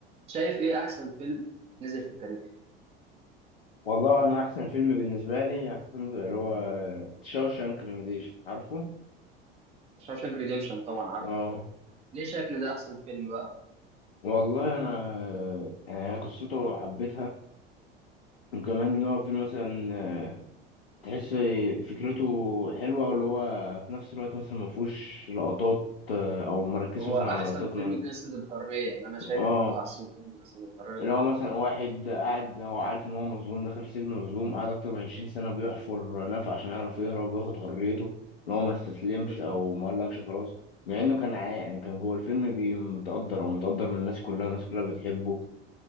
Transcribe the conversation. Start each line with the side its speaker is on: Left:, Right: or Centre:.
Right: شايف ايه احسن فيلم نزل في التاريخ
Left: والله انا احسن فيلم بالنسبه لي احسن فيلم اللي هو شاوشانك ريميديشن عارفه
Right: شاوشانك ريديمشن طبعا عارفه
Left: اه
Right: طبعا ليه شايف ان ده احسن فيلم بقى
Left: والله انا آه، قصته حبيتها وكمان ان هو فيلم مثلا آه، تحس فكرته حلوه واللي هو في نفس الوقت مثلا ما فيهوش لقطات آه، او مركز
Right: هو
Left: مثلا
Right: احسن
Left: على لقطات
Right: فيلم
Left: من
Right: جسد الحريه يعني انا شايف
Left: اه
Right: ان هو احسن فيلم جسد الحريه
Left: اللي هو مثلا واحد قاعد هو عارف ان هو مظلوم داخل سجن مظلوم قاعد اكتر من 20 سنة بيحفر نفق عشان يعرف يهرب وياخد حريته ان هو ما استسلمش
Right: بالظبط
Left: او ما قالكش خلاص مع انه كان عا- يعني كان جوه الفيلم بي- متقدر ومتقدر من الناس كلها والناس كلها بتحبه